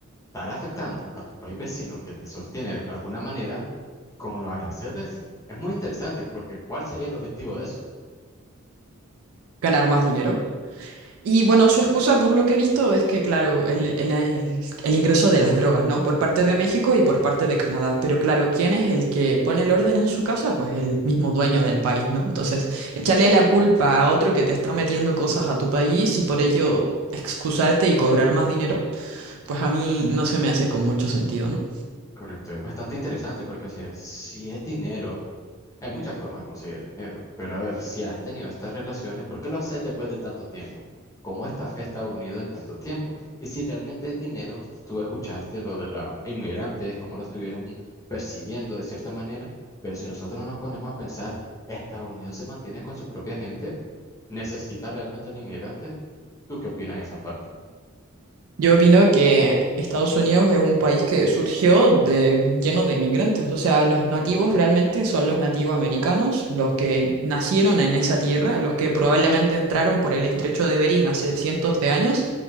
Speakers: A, on the left; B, on the right.
A: estar afectando a tu país vecino que te sostiene de alguna manera con los aranceles es muy interesante porque ¿cuál sería el objetivo de eso?
B: ¿Ganar más dinero? Y bueno, su excusa por lo que he visto es que, claro, el, el- el- el ingreso de las drogas, ¿no? Por parte de México y por parte de Canadá. Pero claro, ¿quién es el que pone el orden en su casa? Pues el mismo dueño del país, ¿no? Entonces, echarle la culpa a otro que te está metiendo cosas a tu país y por ello excusarte y cobrar más dinero, pues a mí no se me hace con mucho sentido, ¿no?
A: Correcto, es bastante interesante porque, o sea, si es dinero. Hay muchas formas de conseguir dinero, pero a ver, si has tenido estas relaciones, ¿por qué lo haces después de tanto tiempo? ¿Cómo está, está unido de tanto tiempo? Y si realmente es dinero, tú escuchaste lo de los inmigrantes, cómo lo estuvieron persiguiendo de cierta manera, pero si nosotros nos ponemos a pensar, ¿Estados Unidos se mantiene con su propia gente? ¿Necesita realmente los inmigrantes? ¿Tú qué opinas en esa parte?
B: Yo opino que Estados Unidos es un país que surgió de, lleno de inmigrantes. O sea, los nativos realmente son los nativos americanos, los que nacieron en esa tierra, los que probablemente entraron por el estrecho de Bering hace cientos de años.